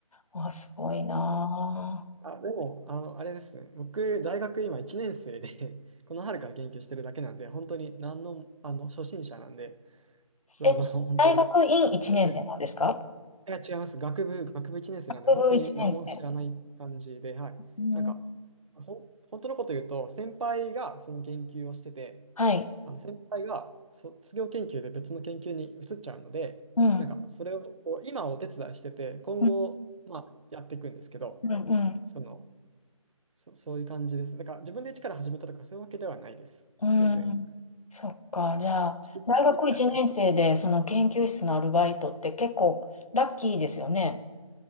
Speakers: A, on the left (about 75°); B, on the right (about 65°).
A: あ、すごいなあ。
B: あ、でも、あの、あれですね。僕、大学今1年生で <laughs> この春から研究してるだけなんで、本当に何の、あの、初心者なんで、そうあの、
A: え、
B: 本当に、
A: 大学院1年生なんですか
B: 全然いや、違います。学部、学部1年生なんで、
A: 学部1年生。
B: 本当に何も知らない感じで、はい。
A: うん、
B: なんか、ほん、本当のこと言うと、先輩がその研究をしてて、
A: はい。
B: あの、先輩が卒業研究で別の研究に移っちゃうので、
A: うん。
B: なんか、それをこう、今お手伝いしてて、今後、
A: うん、
B: まあ、やっていくんですけど、
A: うん、うん。
B: その、そ、そういう感じです。だから自分で一から始めたとかそういうわけではないです。
A: うん。
B: 全然。
A: そっか。じゃあ、
B: 引き継ぎみたいな感じ。
A: 大学1年生でその研究室のアルバイトって結構ラッキーですよね。